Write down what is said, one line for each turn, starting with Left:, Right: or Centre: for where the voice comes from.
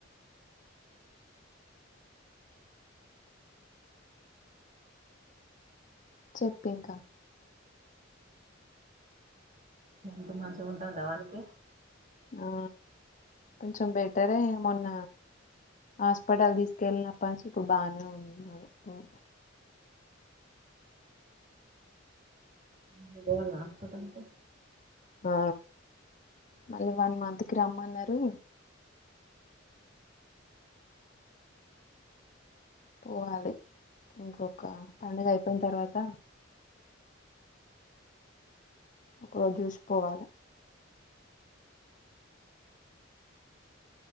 Left: చెప్పంక
Right: ఇంత మంచిగా ఉంటుంద వానికి
Left: ఆ కొంచెం బెటరే మొన్న హాస్పిటల్ తీసుకెళ్ళినప్ప నుంచి ఇప్పుడు బాగానే ఉనాడు ఆ
Right: ఇపుడు పోవలనా హాస్పిటల్ కి
Left: ఆ మళ్ళీ వన్ మంత్కీ రమ్మన్నారు పోవాలి ఇంకొక పండుగ అయిపోయిన తర్వాత ఒక రోజు చూసిపోవాలి